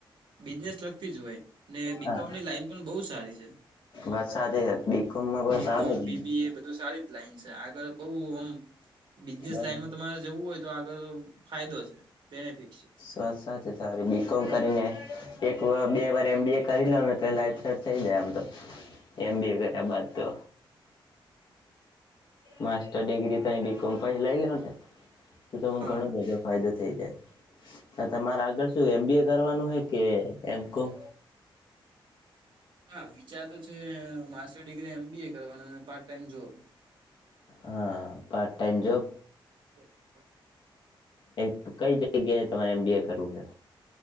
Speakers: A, on the right; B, on the left.
A: બિઝનેસ લગતી જ હોય. ને બીકોમની
B: હા
A: લાઈન પણ બહુ સારી છે
B: વાત સાથે બીકોમમાં પણ
A: બીકોમ
B: સારું છે
A: બી એ બધી સારી જ લાઈન છે આગળ બઉ આમ બિઝનેસ
B: બરોબર
A: લાઈનમાં તમારે જવું હોય તો આગળ ફાયદો છે બેનિફિટ છે
B: વાત સાચી તારી બી કોમ કરીને એક વાર બે વાર એમ બી એ કરી લઉ ને એટલે લાઈફ થઈ જાય આમ તો એમ બી એ કર્યા બાદ તો માસ્ટર ડીગ્રી બીકોમ લઈલોને તો તમને
A: હા
B: ઘણું બધુ ફાયદો થઈ જાય હા તમારે આગળ શું એમ બી એ કરવાનું હે કે એમ કોમ
A: હા વિચાર તો છે master degree M B A કરવાનું પાર્ટ ટાઈમ જોબ
B: હા પાર્ટ ટાઈમ જોબ
A: હ હ
B: એમ કઈ જગ્યાએ તમારે એમ બી એ કરવું છે